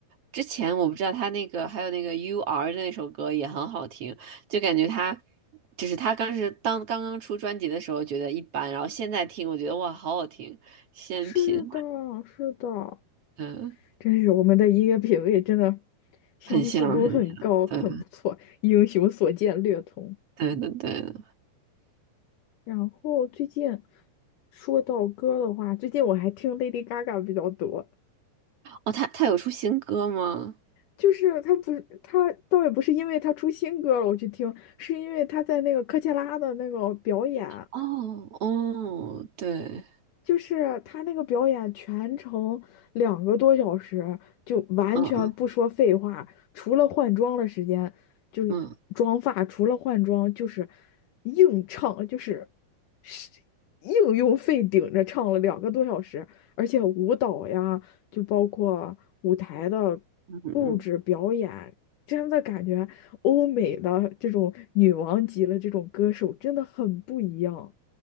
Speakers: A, on the right; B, on the left.
A: 之前我不知道他那个还有那个 U R 的那首歌也很好听，就感觉他就是他当时当刚刚出专辑的时候觉得一般，然后现在听我觉得哇好好听，仙品，
B: 是的，是的，
A: 嗯，
B: 真是我们的音乐品味真的相似度很高，
A: 很像很像。
B: 很不错，
A: 对。
B: 英雄所见略同。
A: 对对对，
B: 然后最近说到歌的话，最近我还听 Lady Gaga 比较多。
A: 哦，他他有出新歌吗？
B: 就是她不是她倒也不是因为她出新歌了我去听，是因为她在那个科切拉的那个表演。
A: 哦哦，对，
B: 就是他那个表演全程两个多小时，就完全不说废话，
A: 嗯嗯
B: 除了换装的时间，就是妆发，
A: 嗯
B: 除了换装就是硬唱，就是是硬用肺顶着唱了两个多小时，而且舞蹈呀，就包括舞台的
A: 嗯嗯，
B: 布置表演，真的感觉欧美的这种女王级的这种歌手真的很不一样。